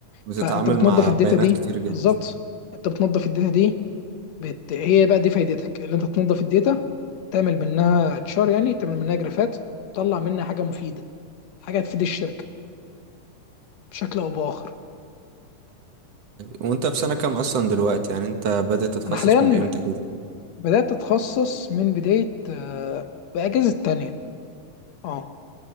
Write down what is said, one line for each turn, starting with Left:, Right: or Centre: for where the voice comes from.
Right: بتتعامل
Left: فانت بتنظف
Right: مع
Left: الداتا
Right: بيانات
Left: دي
Right: كتير جدا
Left: بالظبط انت بتنظف الداتا دي بت... هي بقى دي فايدتك اللي انت تنظف الداتا تعمل منها تشار يعني تعمل منها جرافات تطلع منها حاجه مفيده حاجه تفيد الشركه بشكل او باخر
Right: وانت في سنه كام اصلا دلوقتي يعني انت بدأت تتخصص
Left: انا حاليا
Right: من امتى كده
Left: بدات اتخصص من بدايه آه، باجازه تانية اه